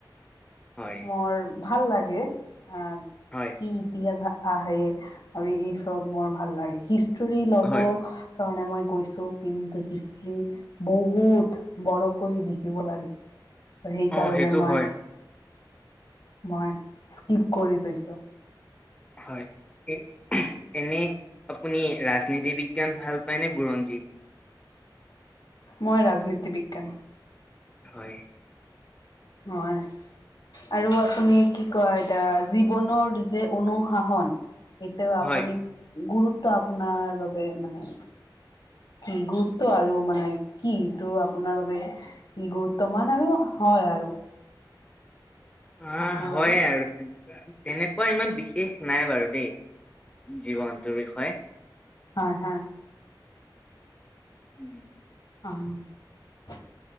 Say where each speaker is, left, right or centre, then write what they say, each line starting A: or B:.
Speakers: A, on the left (about 15°); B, on the left (about 60°).
A: হয়।
B: মোৰ ভাল লাগে। আ,
A: হয়।
B: ইতিহাস আহে আৰু এই চব মোৰ ভাল লাগে হিষ্ট্ৰী ল'ব
A: হয়
B: সেইকাৰণে মই গৈছোঁ তিনদ হিষ্ট্ৰী বহুত বৰকৈ লিখিব লাগে ত' সেইকাৰণে
A: অ সেইটো
B: মই
A: হয়
B: মই স্কিপ কৰি থৈছোঁ।
A: হয়। এ, এনে আপুনি ৰাজনীতি বিজ্ঞান ভাল পায়নে, বুৰঞ্জী?
B: মই ৰাজনীতি বিজ্ঞান।
A: হয়।
B: নহয়। আৰু আপুনি কি কয়, তা জীৱনৰ যে অনুশাসন। এতিয়াও আপুনি
A: হয়
B: গুৰুত্ব আপোনাৰ বাবে মানে। কি গুৰুত্ব আৰু মানে কি, এইটো আপোনাৰ বাবে? কি গুৰুত্ব মান আৰু হয় আৰু।
A: আহ,
B: আপোনাৰ
A: হয়
B: বাবে
A: এ আৰু। এনেকুৱা ইমান বিশেষ নাই বাৰু দেই জীৱনটোৰ বিষয়ে।
B: হয় হয়।
A: উম।
B: অ'হ।